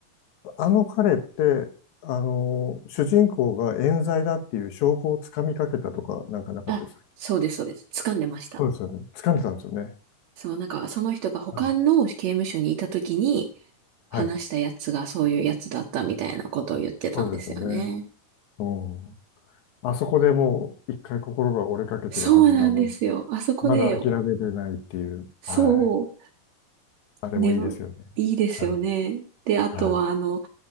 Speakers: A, on the left (about 65°); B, on the right (about 65°).
A: あの彼って、あの、主人公が冤罪だっていう証拠をつかみかけたとか、なんかなかったでしたっけ
B: あ、そうです、そうです。掴んでました。
A: そうですよね。つかんでたんですよね。
B: そう、なんか、その人が他の刑務所にいた時に、
A: はい、
B: 話したやつがそういうやつだったみたいなことを言ってたんですよね。
A: はい、そうですよね。うん。あそこでもう一回心が折れかけてるはずなのに。
B: そうなんですよ。あそこで
A: まだ諦めてないっていう。
B: そう、
A: はい。あれもいいですよね。
B: ね、いいですよね。
A: はい。
B: で、あとは、
A: は
B: あの、